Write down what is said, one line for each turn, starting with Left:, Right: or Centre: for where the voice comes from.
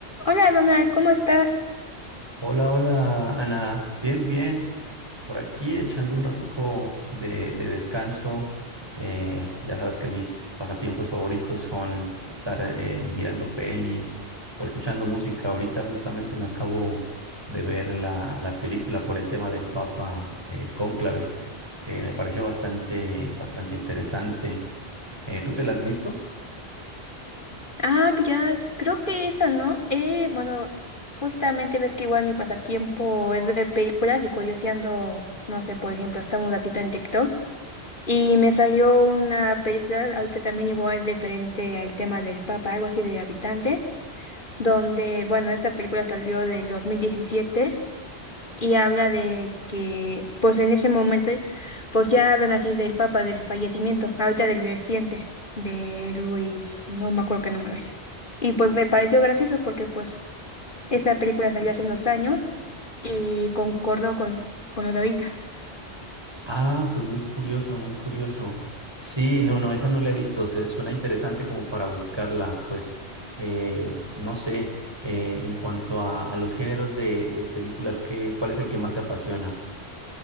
Left: Hola Donald, ¿cómo estás?
Right: Hola, hola, Ana. Bien, bien. Por aquí echando un ratico de, de descanso. Eh, ya sabes que mis pasatiempos favoritos son estar eh, mirando pelis o escuchando música. Ahorita justamente me acabo de ver la, la película por el tema del Papa, el Cónclave, que me pareció bastante, bastante interesante. Eh, ¿tú te la has visto?
Left: Ah, que ya, creo que esa, ¿no? Eh, bueno, justamente ves que igual mi pasatiempo es ver películas y curioseando, no sé, por ejemplo, estamos un ratito en TikTok y me salió una película, ahorita también igual diferente al tema del Papa, algo así de Habitante, donde, bueno, esta película salió del dos mil diecisiete. y habla de que, pues en ese momento, pues ya hablan así del Papa, del fallecimiento, ahorita del reciente, de Luis, no me acuerdo qué número es. Y pues me pareció gracioso porque pues esa película salió hace unos años y concordó con, con lo de ahorita.
Right: Ah, pues muy curioso, muy curioso. Sí, no, no, esa no la he visto. se- suena interesante como para buscarla. Pues, eh, no sé, eh, en cuanto a, a los géneros de, de películas, ¿qué, cuál es el que más te apasiona?